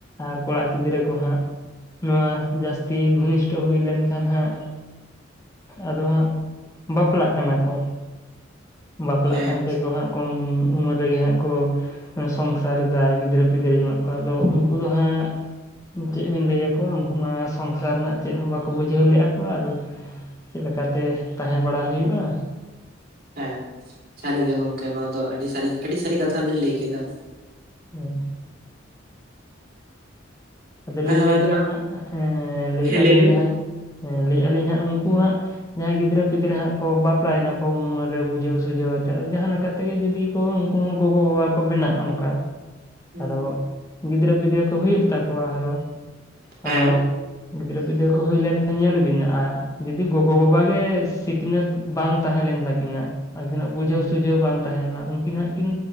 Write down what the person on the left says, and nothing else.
ᱟᱨ ᱠᱚᱲᱟ ᱜᱤᱫᱽᱨᱟᱹ ᱠᱚ ᱦᱟᱸᱜ ᱱᱚᱣᱟ, ᱡᱟᱹᱥᱛᱤ ᱜᱷᱚᱱᱤᱥᱴᱚ ᱦᱩᱭ ᱞᱮᱱᱠᱷᱟᱱ ᱦᱟᱸᱜ, ᱟᱫᱚ ᱦᱟᱸᱜ ᱵᱟᱯᱞᱟᱜ ᱠᱟᱱᱟ ᱠᱚ, ᱵᱟᱯᱞᱟᱜ
ᱠᱟᱱ ᱛᱮᱠᱚ ᱦᱟᱸᱜ ᱠᱚᱢ ᱩᱢᱮᱨ ᱨᱮᱜᱮ ᱦᱟᱸᱜ, ᱠᱚ ᱥᱚᱝᱥᱟᱨ ᱮᱫᱟ, ᱜᱤᱫᱽᱨᱟᱹ-ᱯᱤᱫᱽᱨᱟᱹ ᱡᱚᱱᱚᱜ ᱠᱟᱱᱟ ᱠᱚ, ᱟᱫᱚ, ᱩᱱᱠᱩ ᱫᱚ ᱦᱟᱸᱜ, ᱪᱮᱫ ᱵᱤᱱ ᱞᱟᱹᱭ ᱟᱠᱚᱣᱟ, ᱩᱱᱠᱩ ᱢᱟ ᱥᱚᱝᱥᱟᱨ ᱨᱮᱱᱟᱜ ᱪᱮᱫ ᱦᱚᱸ ᱵᱟᱠᱚ ᱵᱩᱡᱷᱟᱹᱣ ᱞᱮᱼᱟ ᱠᱚ, ᱟᱨ ᱪᱮᱫ ᱞᱮᱠᱟᱛᱮ ᱛᱟᱦᱮᱸ ᱵᱟᱲᱟ ᱦᱩᱭᱩᱜᱼᱟ ᱾
ᱦᱮ <inaudible> ᱟᱫᱚ
ᱞᱤᱧ
ᱞᱟᱹᱭ ᱮᱫᱟ
ᱦᱟᱸᱜ, ᱦᱮᱸᱻᱞᱟᱹᱭ
ᱮᱫᱟ
ᱞᱤᱧ
ᱦᱟᱸᱜ, ᱦᱮᱸᱻᱞᱟᱹᱭ ᱮᱫᱟ ᱞᱤᱧ ᱦᱟᱸᱜ, ᱩᱱᱠᱩ ᱦᱟᱸᱜ ᱡᱟᱦᱟᱸᱭ ᱜᱤᱫᱽᱨᱟᱹ-ᱯᱤᱫᱽᱨᱟᱹ ᱦᱟᱸᱜ ᱠᱚ, ᱵᱟᱯᱞᱟ ᱭᱮᱱᱟ ᱠᱚ, ᱠᱚᱢ ᱩᱢᱮᱨ ᱨᱮ ᱵᱩᱡᱷᱟᱹᱣ ᱥᱩᱡᱷᱟᱹᱣ ᱟᱛᱮᱫ, ᱡᱟᱦᱟᱸ ᱞᱮᱠᱟ ᱛᱮᱜᱮ, ᱡᱩᱫᱤ ᱛᱚ, ᱩᱱᱠᱩ ᱦᱚᱸ ᱜᱚᱜᱚ-ᱵᱟᱵᱟ ᱠᱚ, ᱵᱮᱱᱟᱜᱼᱟ, ᱚᱱᱠᱟ
ᱟᱫᱚ, ᱜᱤᱫᱽᱨᱟᱹ-ᱯᱤᱫᱽᱨᱟᱹ ᱠᱚ, ᱦᱩᱭᱩᱜ ᱛᱟᱠᱚᱣᱟ ᱟᱨᱦᱚᱸ,
ᱟᱫᱚ ᱜᱤᱫᱽᱨᱟᱹ ᱯᱤᱫᱽᱨᱟᱹ ᱠᱚ, ᱦᱩᱭ ᱞᱮᱱᱠᱷᱟᱱ ᱧᱮᱞ ᱵᱤᱱ, ᱡᱩᱫᱤ ᱜᱚᱜᱚ-ᱵᱟᱵᱟ ᱜᱮ ᱥᱤᱠᱷᱱᱟᱹᱛ ᱵᱟᱝ ᱛᱟᱦᱮᱸ ᱞᱮᱱ ᱛᱟᱹᱠᱤᱱᱟ, ᱟᱹᱠᱤᱱᱟᱜ ᱵᱩᱡᱷᱟᱹᱣ ᱥᱩᱡᱷᱟᱹᱣ ᱵᱟᱝ ᱛᱟᱦᱮᱸ ᱞᱮᱱᱟ, ᱩᱱᱠᱤᱱ ᱦᱟᱸᱜ, ᱠᱤᱱ